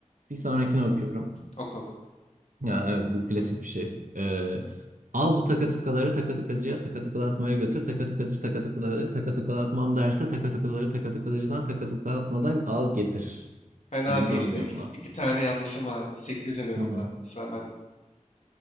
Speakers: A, on the right; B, on the left.
A: Bir sonrakini okuyorum.
B: Oku oku.
A: Ya evet, bu klasik bir şey. Ee, al bu takatukaları takatukacıya takatukalatmaya götür. Takatukacı takatukaları takatukalatmam derse takatukaları takatukacıdan takatukalatmadan al getir.
B: Fena
A: Dilim
B: değildi.
A: dönmüyor
B: İki,
A: buna.
B: t- iki tane yanlışın vardı. Sekiz veriyorum
A: Hı hı.
B: abi. Sıra bende.